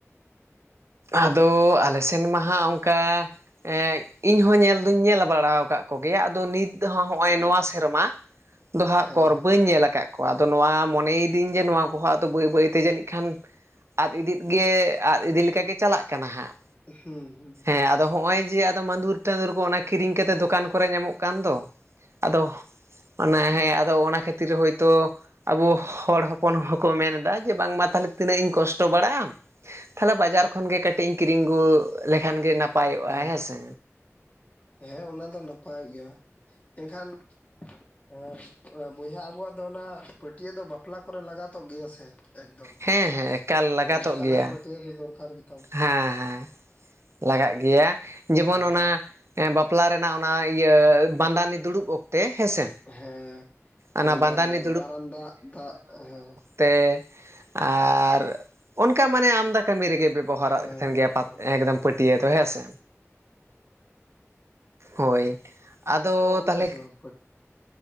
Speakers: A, on the right; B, on the left.
A: ᱟᱫᱚ ᱟᱞᱮ ᱥᱮᱱᱢᱟ ᱦᱟᱸᱜ ᱚᱱᱠᱟ ᱮ ᱤᱧ ᱦᱚᱸ ᱧᱮᱞ ᱫᱩᱧ ᱧᱮᱞ ᱵᱟᱲᱟᱣ ᱠᱟᱫ ᱠᱚᱜᱮᱭᱟ ᱟᱫᱚ ᱱᱤᱛ ᱫᱚ ᱦᱚᱸᱜᱼᱚᱭ ᱱᱚᱣᱟ ᱥᱮᱨᱢᱟ ᱫᱚᱦᱟᱜ
B: ᱦᱮᱸ
A: ᱠᱚᱨ ᱵᱟᱹᱧ ᱧᱮᱞ ᱠᱟᱜ ᱠᱚᱣᱟ ᱟᱫᱚ ᱱᱚᱣᱟ ᱢᱚᱱᱮᱭᱮᱫᱟᱹᱧ ᱡᱮ ᱱᱚᱣᱟ ᱠᱚᱦᱚᱸᱫᱚ ᱵᱟᱹᱭ ᱵᱟᱹᱭᱛᱮ ᱡᱟᱹᱱᱤᱡ ᱠᱷᱟᱱ ᱟᱫ ᱤᱫᱤᱜ ᱜᱮ ᱟᱫ ᱤᱫᱤᱞᱮᱠᱟᱜᱮ ᱪᱟᱞᱟᱜ ᱠᱟᱱᱟ ᱦᱟᱸᱜ᱾
B: ᱦᱩᱸ ᱦᱩᱸ᱾
A: ᱦᱮᱸ ᱟᱫᱚ ᱦᱚᱸᱜ ᱚᱭ ᱡᱮ ᱟᱫᱚ ᱢᱟᱫᱩᱨ ᱴᱟᱸᱫᱩᱨ ᱠᱚ ᱚᱱᱟ ᱠᱤᱨᱤᱧ ᱠᱟᱛᱮᱜ ᱫᱚᱠᱟᱱ ᱠᱚᱨᱮ ᱧᱟᱢᱚᱜ ᱠᱟᱱ ᱫᱚ᱾ ᱟᱫᱚ ᱚᱱᱟ ᱦᱮᱸ ᱟᱫᱚ ᱚᱱᱟ ᱠᱷᱟᱹᱛᱤᱨ ᱦᱳᱭᱛᱳ ᱟᱵᱚ ᱦᱚᱲ ᱦᱚᱯᱚᱱ ᱦᱚᱸᱠᱚ ᱢᱮᱱ ᱮᱫᱟ ᱡᱮ ᱵᱟᱝᱢᱟ ᱛᱟᱦᱚᱞᱮ ᱛᱤᱱᱟᱹᱜ ᱤᱧ ᱠᱚᱥᱴᱚ ᱵᱟᱲᱟᱜᱼᱟ᱾ ᱛᱷᱟᱞᱮ ᱵᱟᱡᱟᱨ ᱠᱷᱚᱱᱜᱮ ᱠᱟᱹᱴᱤᱡ ᱤᱧ ᱠᱤᱨᱤᱧ ᱟᱹᱜᱩ ᱞᱮᱠᱷᱟᱱ ᱜᱮ ᱱᱟᱯᱟᱭᱚᱜᱼᱟ ᱦᱮᱸᱥᱮ᱾
B: ᱦᱮᱸ ᱦᱮᱸ ᱚᱱᱟ ᱫᱚ ᱱᱟᱯᱟᱭ ᱜᱮᱭᱟ ᱢᱮᱱᱠᱷᱟᱱ, ᱦᱮᱸ ᱵᱚᱭᱦᱟ ᱟᱵᱚᱣᱟᱜ ᱫᱚ ᱚᱱᱟ ᱯᱟᱹᱴᱭᱟᱹ ᱫᱚ ᱵᱟᱯᱞᱟ ᱠᱚᱨᱮ ᱞᱟᱜᱟᱛᱚᱜ ᱜᱮᱭᱟ ᱥᱮ᱾ ᱮᱠᱫᱚᱢ
A: ᱦᱮᱸ ᱦᱮᱸ ᱮᱠᱟᱞ
B: ᱢᱟᱱᱮ
A: ᱞᱟᱜᱟᱛᱚᱜ ᱜᱮᱭᱟ᱾
B: <unintelligible> ᱫᱚᱨᱠᱟᱨ ᱜᱮ᱾
A: ᱦᱮᱸ ᱦᱮᱸ ᱞᱟᱜᱟᱜ ᱜᱮᱭᱟ ᱡᱮᱢᱚᱱ
B: ᱮᱠᱫᱚᱢ
A: ᱚᱱᱟ᱾ ᱵᱟᱯᱞᱟ ᱨᱮᱱᱟᱜ ᱚᱱᱟ ᱤᱭᱟᱹ ᱵᱟᱸᱫᱟᱱᱤ ᱫᱩᱲᱩᱵ ᱚᱠᱛᱮ ᱦᱮᱸᱥᱮ,
B: ᱦᱮᱸ ᱠᱤᱢᱵᱟ
A: ᱚᱱᱟ ᱵᱟᱸᱫᱟᱱᱤ
B: ᱫᱟᱨᱟᱢ ᱫᱟᱜ ᱫᱟᱜ ᱦᱮᱸ᱾
A: ᱛᱮ ᱟᱨ ᱚᱱᱠᱟ ᱢᱟᱱᱮ ᱟᱢᱫᱟ ᱠᱟᱹᱢᱤ ᱨᱮᱜᱮ ᱵᱮᱚᱦᱟᱨᱚᱜ
B: ᱦᱮᱸ
A: ᱠᱟᱱ
B: ᱦᱮᱸ
A: ᱜᱮᱭᱟ ᱯᱟᱛ
B: ᱦᱮᱸ
A: ᱮᱠᱫᱚᱢ᱾ ᱯᱟᱹᱴᱭᱟᱹ ᱫᱚ ᱦᱮᱸᱥᱮ, ᱦᱚᱭ ᱟᱫᱚ
B: ᱛᱚ ᱚᱱᱟ
A: ᱛᱟᱦᱚᱞᱮ
B: ᱥᱮ ᱵᱟᱝ